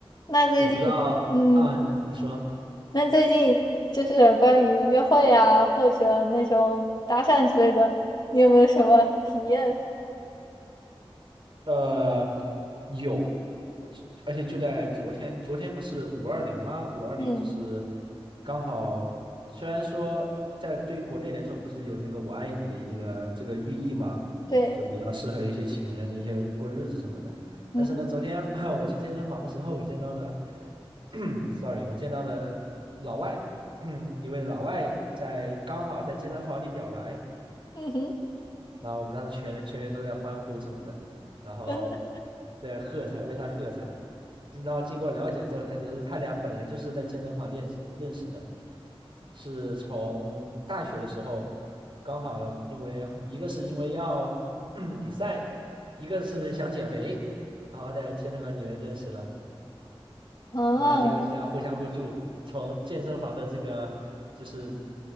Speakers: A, on the left; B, on the right.
A: 那最近，
B: 我不知道啊，
A: 嗯，
B: 你说，
A: 那最近就是关于约会啊，或者那种搭讪之类的，你有没有什么体验？
B: 呃，有，而且就在昨天，昨天不是五二零吗？五二零就是
A: 嗯，
B: 刚好，虽然说在对于国内来说不是有那个“我爱你”的这个这个寓意嘛，
A: 对，
B: 就比较适合一些情人的一些过日子什么的。
A: 嗯哼，
B: 但是呢，昨天 <clears throat> 我去健身房的时候，我见到了 <clears throat>，sorry，我见到了老外，<clears throat> 一位老外在刚好在健身房里表白。
A: 嗯哼，
B: 然后我们当时全人全员都在欢呼什么的，然后
A: <laughs> 真的，
B: 在喝彩，为他喝彩。经然后经过了解之后，才得知他俩本来就是在健身房练认识的，是从大学的时候，刚好因为一个是因为要 <clears throat> 嗯比赛，一个是想减肥，然后在健身馆里面认识了。
A: 啊，
B: 然后结果就这样互相互助，从健身房的这个就是